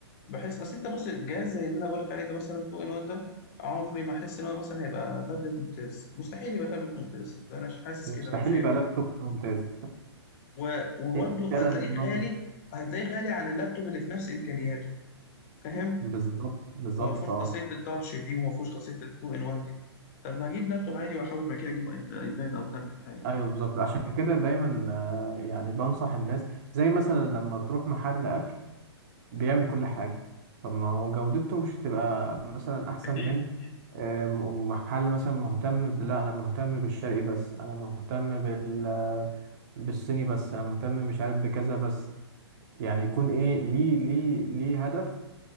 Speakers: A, on the left (about 35°); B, on the right (about 40°).
A: بحس اصل انت بص الجهاز زي اللي انا بقول لك عليه ده مثلا 2 ان 1 ده عمري ما احس ان هو مثلا هيبقى تابلت ممتاز مستحيل يبقى تابلت ممتاز ده انا مش حاسس
B: مستحيل
A: كده وشايف
B: يبقى لابتوب
A: كده
B: ممتاز
A: و- وبرضه
B: هي دي فعلا
A: هتلاقيه
B: النظرة
A: غالي هتلاقيه غالي عن اللابتوب اللي في نفس امكانياته فاهم
B: بالظبط بالظبط
A: وما فيهوش
B: اه
A: خاصيه التاتش دي وما فيهوش خاصيه التو ان وان دي طب ما اجيب لابتوب عادي واحوش بعد كده اجيب آيب- ايباد او تابلت حاجه وبتاع
B: أيوه بالظبط عشان كده دايما آه، يعني بنصح الناس زي مثلا لما تروح محل أكل بيعمل كل حاجة طب ما هو جودته مش هتبقى مثلا أحسن
A: أكيد
B: من
A: أكيد
B: آه، م- محل مثلا مهتم ب... لا أنا مهتم بالشرقي بس أنا مهتم بال... بالصيني بس أنا مهتم مش عارف بكذا بس يعني يكون إيه ليه ليه ليه هدف